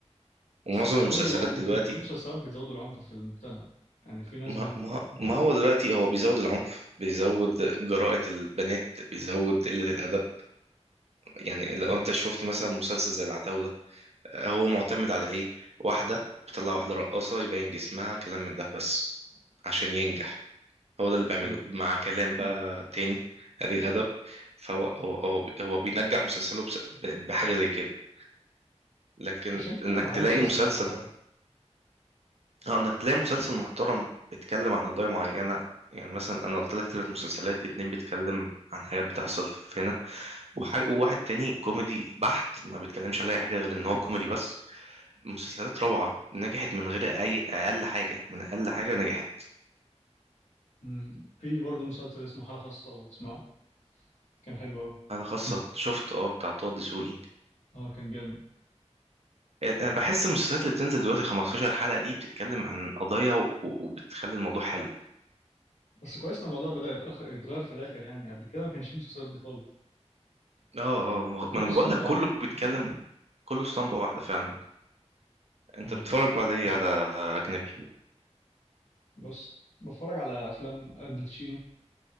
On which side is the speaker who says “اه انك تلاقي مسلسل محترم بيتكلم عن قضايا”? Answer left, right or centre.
Right